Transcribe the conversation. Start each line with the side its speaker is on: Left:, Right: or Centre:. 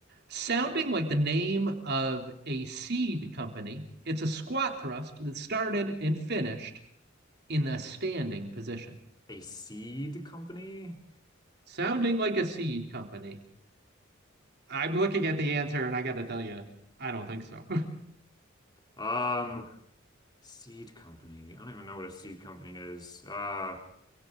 Right: Sounding like the name of a seed company, it's a squat thrust that started and finished in the standing position.
Left: A seed company?
Right: Sounding like a seed company. I'm looking at the answer and I got to tell you, I don't think so.
Left: Um seed company. I don't even know what a seed company is. Uh